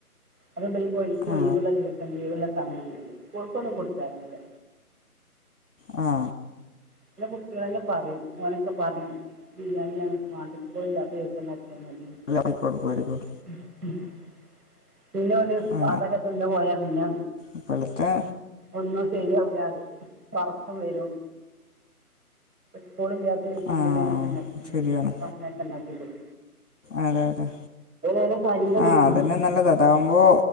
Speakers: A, on the right; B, on the left.
A: അപ്പോ ഇ ബൽക്ക് ഒഴിവ്
B: ആ
A: ഉള്ള ദിവസം ലീവ് ഉള്ള ദി സമയങ്ങളില് സ്കൂള്ക്ക് ഒന്നുംകൊടുതയക്കില്ല
B: ങാ
A: പിന്നെകുട്ടികളന്നെ പറയും ഒനൊക്കെ പറയും ബിരിയാണി ഞങ്ങക്ക് വാണ്ട സ്കൂൾ ഇല്ലാത ദിവസം ഉണ്ടാ <unintelligible>
B: എല്ലാം കൊടുക്കുമായിരിക്കും
A: <unintelligible> പിന്നെ ഓല്അതൊക്കെ
B: ആ
A: തിന്ന് പോയാ പിന്നെ
B: ഇപ്പോഴത്തെ
A: ഒന്നും ശരിയാവില്ല അത് പറയു ഇപ്പോ വരും സ്കൂൾഇല്ലാത്ത ദിവസങ്ങളിൽ
B: ആ
A: അങ്ങനെത്തെഉണ്ടാക്കിയാൽ മതി
B: ശരിയാണ്
A: എന്ന് പറയും അപ്പോ അങ്ങനെ പറയും
B: അതെ അതെ
A: ഓലെ ശരീരം
B: ആഹ
A: നോക്കുന്ന
B: അതന്നെ
A: ആൾക്കാരാണ്
B: നല്ലത് അതാവുമ്പോ